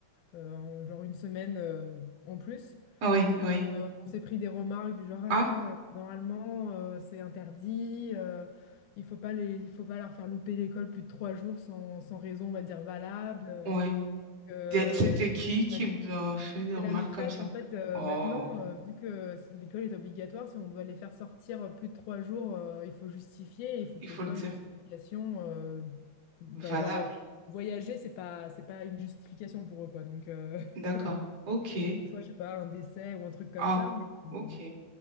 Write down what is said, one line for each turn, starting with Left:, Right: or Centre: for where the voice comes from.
Left: euh, en genre une semaine euh, en plus.
Right: Ah, oui,
Left: Sauf
Right: oui.
Left: qu'on s'est pris des remarques du genre, Ouais,
Right: Ah,
Left: euh, normalement, euh, c'est interdit, euh, il faut pas les, il faut pas leur faire louper l'école plus de trois jours sans, sans raison, on va dire, valable. euh.
Right: oui.
Left: Euh,
Right: Des- C'était qui qui
Left: la mait-
Right: vous a fait des remarques
Left: la maîtresse,
Right: comme ça?
Left: en fait, euh,
Right: Oh,
Left: maintenant, euh, vu que c- l'école est obligatoire, si on doit les faire sortir euh, plus de trois jours, euh, il faut justifier, il faut
Right: il
Left: que
Right: faut
Left: ce soit
Right: le dire.
Left: une justification. euh, bah,
Right: Valable.
Left: genre, euh, voyager, c'est pas, c'est pas une justification pour eux, quoi. Donc, euh,
Right: D'accord.
Left: <laughs>
Right: OK.
Left: faut que ce soit, je sais pas, un décès ou un truc comme
Right: Ah,
Left: ça. Mais, euh,
Right: OK.